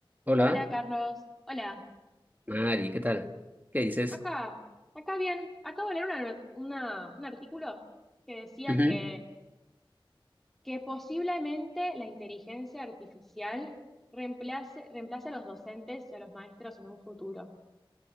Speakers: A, on the right (about 20°); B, in the centre.
A: Hola,
B: Hola, Carlos. Hola.
A: Mari, ¿qué tal? ¿Qué dices?
B: Acá, acá bien. Acabo de leer una- una- un artículo que decía
A: Ujú.
B: que, que posiblemente la inteligencia artificial reemplace, reemplace a los docentes y a los maestros en un futuro.